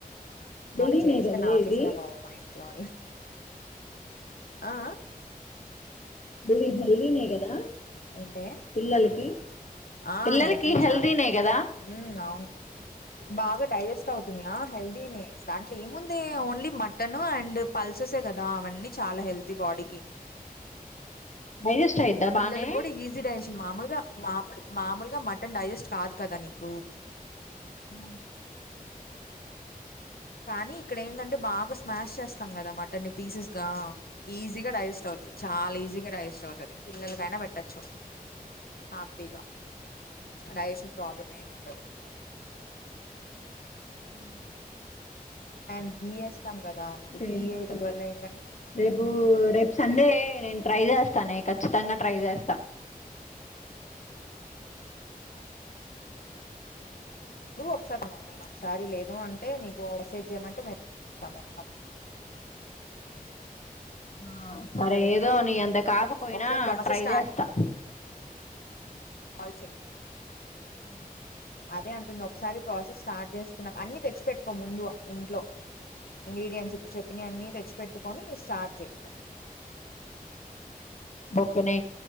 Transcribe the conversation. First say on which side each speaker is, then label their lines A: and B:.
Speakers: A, on the left; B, on the left.
A: హెల్దీనే
B: మొన చేస్తే
A: కదా
B: నాకే
A: ఇది
B: సరే బావం ఆయంలో ఆ
A: హల్వి హల్వీినే గ నా
B: ఏంటే
A: పిల్లలకి
B: ఆ
A: పిల్లలకి
B: హెల్దీయే
A: హెల్దీనే
B: చాలా హెల్దీ
A: కదా
B: ఉ అవును బాగా డైజెస్ట్ అవుతున్నాయా హెల్దీనే దాంట్లో ఏముంది ఓన్లీ మటన్ అండ్ పల్సెసే కదా అవన్నీ చాలా హెల్దీ బాడీకి
A: డైజెస్ట్ అయిద్దా బానే
B: పిల్లలకు కూడా ఈజీ డిజేషన్ మామూలుగా మామూలు మామూలుగా మటన్ డైజెస్ట్ కాదు కదా నీకు
A: హ
B: కానీ ఇక్కడ ఏంటంటే బాగా స్మాష్ చేస్తాం కదా మటన్ని పీసెస్ గా ఈజీగా డైజెస్ట్ చాలా ఈజీగా డైెస్ట్ అవుత పిల్లలకైనా పెట్టచ్చు హ్యాపీగా డైజెషన్ ప్రాబ్లం ఏమి ఉండదు
A: అ
B: అండ్ గిఎస్ ఇస్తాం కదా నీకు గీ
A: ఏ
B: వేయడం
A: అసలు
B: వల్ల ఏంటంటే
A: రేపు సండే నే ట్రై చేస్తానే ఖచ్చితంగా ట్రై చేస్తా
B: ఒకసారి నేను ఒకసారి లేదు అంటే నీకు మెసేజ్ చేయమంటే మెసేజ్ చేస్తా మొత్తం
A: ఆ సరే
B: సరేనా
A: ఏదో నీఅంత కాకపోయినా
B: ఒకసారి ప్రాసెస్
A: ట్రై చేస్తా
B: ల్ చెయ్
A: అ
B: అదే అంటుంది ఒకసారి ప్రాసెస్ స్టార్ట్ చేస్తున్నా అన్ని తెచ్చిపెట్టుకో ముందు ఇంట్లో ఇంగ్రీడియంట్స్ చెప్పిన అన్ని తెచ్చిపెట్టు అని స్టార్ట్ చెయ్
A: బొకనే